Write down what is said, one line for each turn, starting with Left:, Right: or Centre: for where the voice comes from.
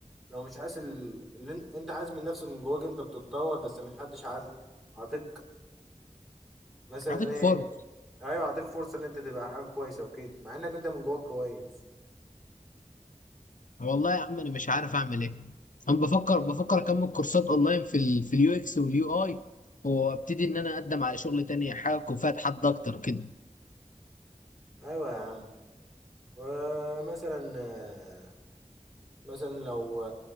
Centre: لو مش حاسس ال- اللي انت انت عايز من نفسك من جواك انت بتتطور بس مش حدش عايز عاطيك مثلا
Left: اعطيك
Centre: ايه
Left: فرص
Centre: ايوه اعطيك فرصه ان انت تبقى حاجه كويسه وكده مع انك انت من جواك كويس
Left: والله يا عم انا مش عارف اعمل ايه انا بفكر بفكر اكمل كورسات اونلاين في ال في اليو اكس واليو اي وابتدي ان انا اقدم على شغل تاني حاجه تكون فيها تحدي اكتر كده
Centre: ايوه يا عم ومثلا آه، مثلا لو